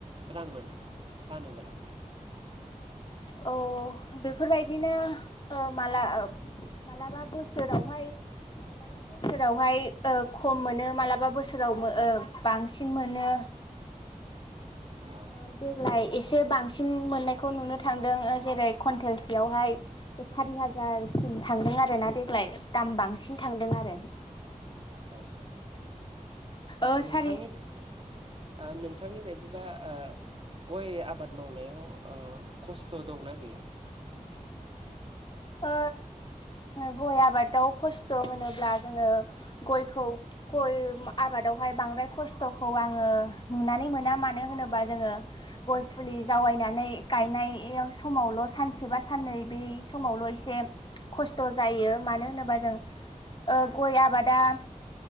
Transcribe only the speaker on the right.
रां मोनो फानोब्ला?
औ
औ ओ
नोंथांनि
ओ नोंथा नोंथांनि बायदिबा ओ गय आबाद मावनायाव खस्थ' दंना गैया?